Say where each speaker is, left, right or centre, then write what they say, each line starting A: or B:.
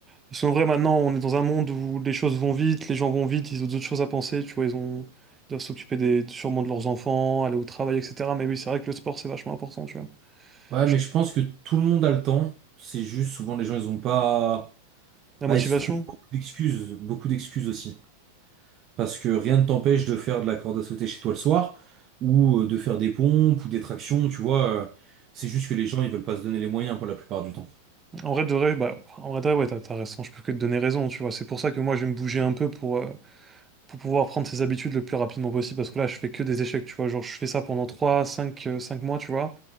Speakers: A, on the right; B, on the right.
A: parce qu'en vrai maintenant on est dans un monde où les choses vont vite les gens vont vite ils ont d'autres choses à penser tu vois ils ont ils doivent s'occuper des sûrement de leurs enfants aller au travail etc mais oui c'est vrai que le sport c'est vachement important tu vois
B: Ouais,
A: Je-
B: mais je pense que tout le monde a le temps. C'est juste, souvent les gens, ils ont pas
A: la
B: Bah,
A: motivation
B: il se trouve beaucoup d'excuses, beaucoup d'excuses aussi. Parce que rien ne t'empêche de faire de la corde à sauter chez toi le soir, ou euh, de faire des pompes ou des tractions, tu vois. euh, C'est juste que les gens, ils veulent pas se donner les moyens pour la plupart du temps.
A: en vrai de vrai bah en vrai de vrai, ouais t'as t'as raison je peux que te donner raison tu vois c'est pour ça que moi je vais me bouger un peu pour euh, pour pouvoir prendre ses habitudes le plus rapidement possible parce que là je fais que des échecs tu vois genre je fais ça pendant 3 5 euh, 5 mois tu vois